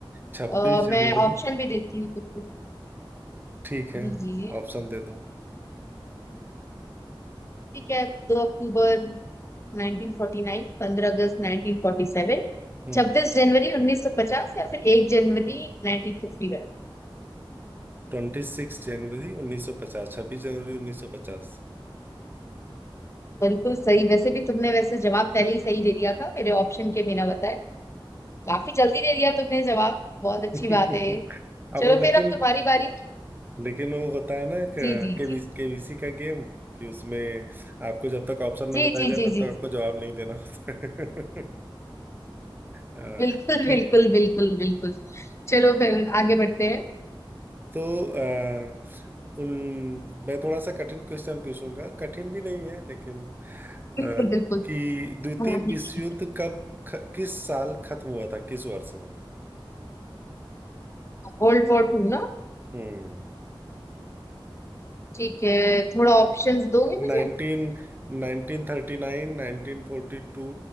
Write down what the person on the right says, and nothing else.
छब्बीस
जनवरी
ठीक है
ऑप्शन दे दो
हम्म
ट्वेंटी सिक्स जनवरी उन्नीस सौ पचास छब्बीस जनवरी उन्नीस सौ पचास
<laughs>
अब
वो लेकिन
लेकिन वो होता है ना केबीसी
केबीसी का गेम कि उसमें आपको जब तक ऑप्शन ना
बताया
जाए
तब
तक आपको जवाब नहीं देना होता है <laughs> अ,
ठीक
तो अ, उन मैं थोड़ा सा कठिन क्वेश्चन पूछूंगा कठिन भी नहीं है लेकिन अ,
कि द्वितीय
विश्व
युद्ध
कब ख, किस साल खत्म हुआ था किस वर्ष में
हम्म
Nineteen nineteen thirty nine nineteen forty two